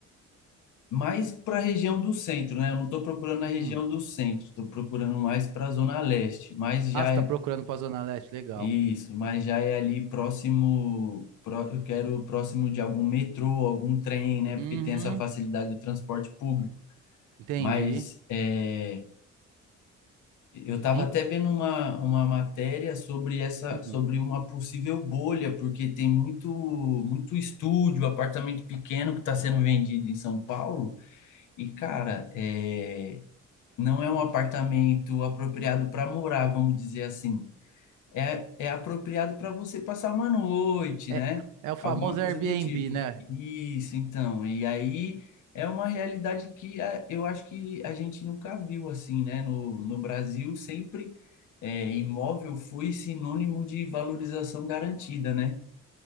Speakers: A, on the left; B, on the right.
A: mais para a região do centro, né? Eu não estou procurando na região
B: Hum.
A: do centro, estou procurando mais para a zona leste, mas já
B: Ah, você tá
A: é
B: procurando pra Zona Leste, legal.
A: isso, mas já é ali próximo, pró- eu quero próximo de algum metrô, algum trem, né?
B: Uhum,
A: Porque tem essa facilidade do transporte público.
B: entendi.
A: Mas é, eu estava
B: Em-
A: até vendo uma, uma matéria sobre essa,
B: hum.
A: sobre uma possível bolha, porque tem muito, muito estúdio, apartamento pequeno que está sendo vendido em São Paulo. E, cara, é não é um apartamento apropriado para morar, vamos dizer assim. É, é apropriado para você passar uma noite,
B: É,
A: né?
B: é o famoso
A: Alguma coisa
B: Airbnb,
A: do tipo.
B: né?
A: Isso, então. E aí é uma realidade que é, eu acho que a gente nunca viu assim, né? No, no Brasil, sempre é, imóvel foi sinônimo de valorização garantida, né?